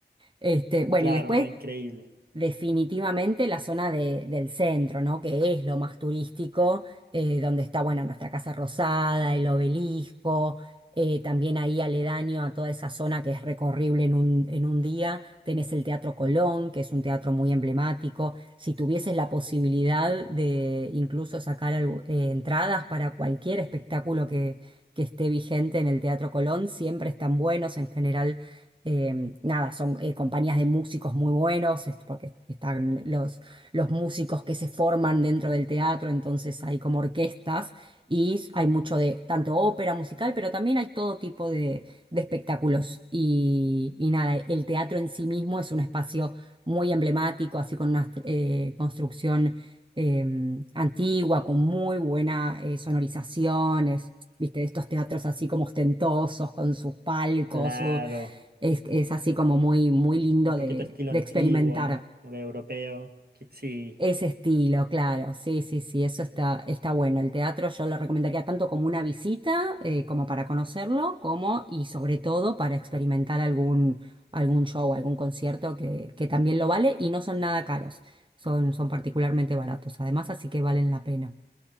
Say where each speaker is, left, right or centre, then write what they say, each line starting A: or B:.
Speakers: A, on the right; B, on the right.
A: Este, bueno,
B: Claro,
A: y después
B: ¿no? Increíble.
A: Definitivamente la zona de- del centro, ¿no? Que es lo más turístico, eh, donde está, bueno, nuestra Casa Rosada, el obelisco, eh, también ahí aledaño a toda esa zona que es recorrible en un, en un día. Tenés el Teatro Colón, que es un teatro muy emblemático. Si tuvieses la posibilidad de incluso sacar algu- eh, entradas para cualquier espectáculo que, que esté vigente en el Teatro Colón, siempre están buenos en general eh, nada, son eh, compañías de músicos muy buenos, est- porque están los, los músicos que se forman dentro del teatro, entonces hay como orquestas y hay mucho de tanto ópera musical, pero también hay todo tipo de, de espectáculos. Y, y nada, el teatro en sí mismo es un espacio muy emblemático, así con una eh, construcción eh, antigua, con muy buena eh, sonorización, es, viste, de estos teatros así como ostentosos, con sus palcos.
B: Claro,
A: Es, es así como muy, muy lindo
B: un poquito
A: de,
B: estilo
A: de
B: antiguo,
A: experimentar
B: un europeo. que- Sí,
A: ese estilo, claro. Sí, sí, sí, eso está, está bueno. El teatro yo lo recomendaría tanto como una visita, eh, como para conocerlo, como y sobre todo para experimentar algún, algún show, algún concierto que, que también lo vale y no son nada caros. Son, son particularmente baratos, además, así que valen la pena.